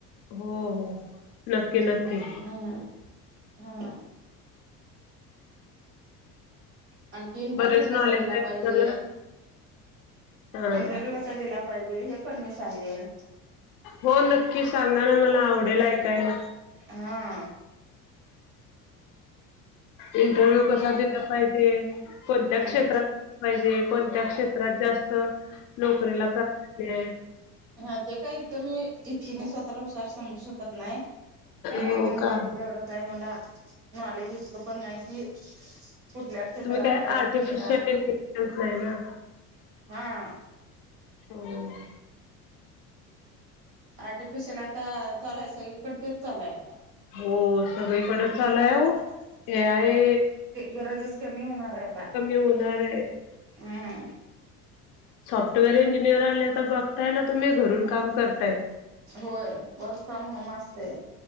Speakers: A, on the left (about 45°); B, on the right (about 65°).
A: हो हो नक्की नक्की
B: हम्मं हां आंणखी इंटरव्ह्यूं
A: बरेच नॉलेज
B: कसां दिला
A: आहे
B: पाहिजे
A: तुम्हाला हा
B: इंटरव्यूं कसां द्यायचा आहे पणं मंग सांगेन
A: हो नक्की सांगा नां मलां आवडेल ऐकायलां
B: हां
A: इंटरव्ह्यूं कसां दिलां पाहिजे कोणत्यां
B: हम्म
A: क्षेत्रांत पाहिजे कोणत्यां क्षेत्रांत जास्तं नोकरीलां प्रापतं
B: हां ते कांहीं इतकं मी इतकी मं स्वंतःला हुंशार समजूं शकतं नाहीं ते
A: हो
B: म्हणजे
A: का
B: एवढं कायं मलां नॉलेज इतकं पणं नाहीं कि कुंठल्या क्षेत्रांत
A: तुम्ही काय
B: काम
A: आर्टिफिशियल
B: क्षेत्रांत
A: इंटेलिजन्स नाही ना
B: हां
A: हम्मं
B: आर्टिफिशियलं आंता चालायं सगळींकडे तेचं चालयं
A: हो सगळींकडे चालांय हो हे आहे
B: गरजचं कमी होणारं आहे आंता
A: होणार आहे
B: हंम
A: सॉफ्टवेअर इंजिनिअर आले तरं बघतांय नां ते मी घरूंन कामं करतायं
B: होयं वर्क फ्रॉम होमं असते